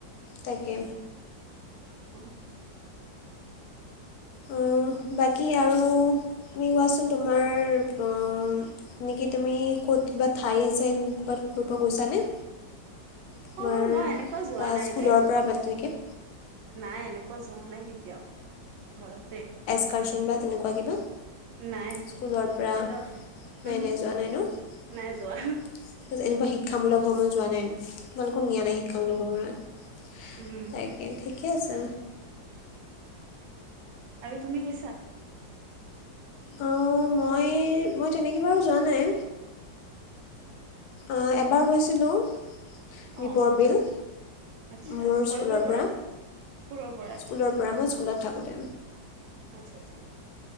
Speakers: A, on the left; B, on the right.
A: তাকে।
B: উম।
A: উম, বাকী আৰু তুমি কোৱাচোন তোমাৰ অহ নেকি তুমি ক'ত কিবা ঠাই চাই ক'ৰবাত ঘৰিব গৈছানে? তোমাৰ
B: অ মই এনেকুৱা যোৱা
A: বা
B: নাই
A: স্কুলৰ
B: দেই
A: পৰা মান তেনেকৈ?
B: নাই এনেকুৱা যোৱা নাই কেতিয়াও ঘৰতে।
A: এচকাৰচন বা তেনেকুৱা কিবা।
B: নাই
A: স্কুলৰ পৰা
B: কেতিয়াও
A: নাই
B: উহো
A: নাই যোৱা ন? তাৰপিছত
B: নাই যোৱা
A: এনেকুৱা শিক্ষামূলক ভ্ৰমণ যোৱা নাই তোমালোকক নিয়া নাই শিক্ষামূলক ভ্ৰমণত?
B: উম।
A: তাকে ঠিকে আছে।
B: আজি তুমি গৈছা?
A: অঁ, মই, মই তেনেকে বাৰু যোৱা নাই। অঁ, এবাৰ গৈছিলোঁ দ্বীপৰ
B: অঁ
A: বিল।
B: আচ্ছা
A: মোৰ
B: কলেজৰ
A: স্কুলৰ পৰা।
B: স্কুলৰ পৰা আচ্ছা
A: স্কুলৰ
B: আচ্ছা
A: পৰা, মই স্কুলত থাকোঁতে।
B: আচ্ছা, আচ্ছা।